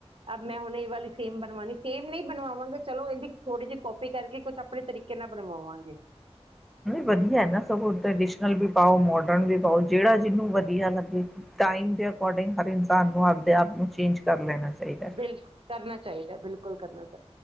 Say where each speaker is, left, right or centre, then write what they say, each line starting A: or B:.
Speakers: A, on the right; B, in the centre.
A: ਅਬ ਮੈਂ ਹੁਣੇ ਵਾਲੀ ਸੇਮ ਬਣਵਾਣੀ ਸੇਮ ਨਹੀਂ ਬਣਵਾਵਾਂਗੇ ਚਲੋ ਇਹਦੀ ਥੋੜੀ ਜਿਹੀ ਕੋਪੀ ਕਰਕੇ ਕੁਛ ਆਪਣੇ ਤਰੀਕੇ ਨਾਲ ਬਣਵਾਵਾਂਗੇ
B: ਵਧੀਆ ਨਾ ਸਗ ਕਰ ਟਰੈਡੀਸ਼ਨਲ ਵੀ ਪਾਓ ਮੋਡਰਨ ਵੀ ਪਾਓ ਜਿਹੜਾ ਜਿਹਨੂੰ ਵਧੀਆ ਲੱਗੇ ਟਾਈਮ ਦੇ ਅਕੋਰਡਿੰਗ ਹਰ ਇਨਸਾਨ ਨੂੰ ਆਪਦੇ ਆਪ ਨੂੰ ਚੇਂਜ ਕਰ ਲੈਣਾ ਚਾਹੀਦਾ
A: ਬਿਲਕੁਲ ਕਰਨਾ ਚਾਹੀਦਾ ਬਿਲਕੁਲ ਕਰਨਾ ਚਾਹੀਦਾ